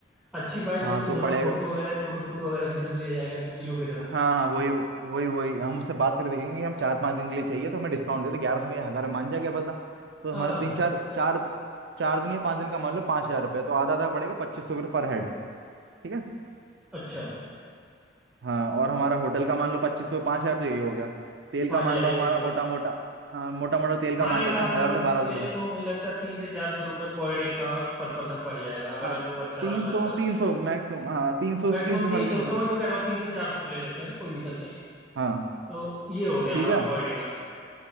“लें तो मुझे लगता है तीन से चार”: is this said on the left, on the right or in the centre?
Centre